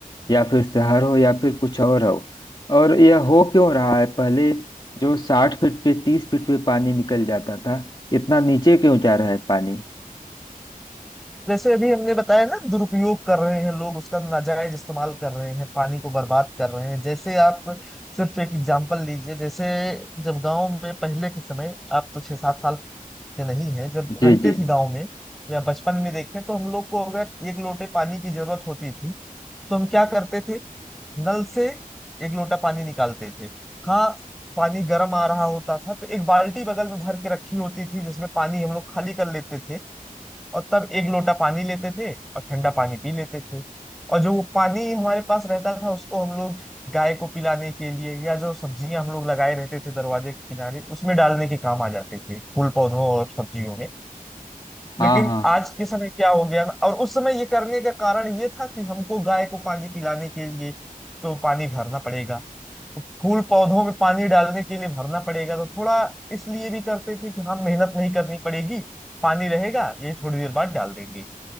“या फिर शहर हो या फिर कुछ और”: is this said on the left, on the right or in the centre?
Left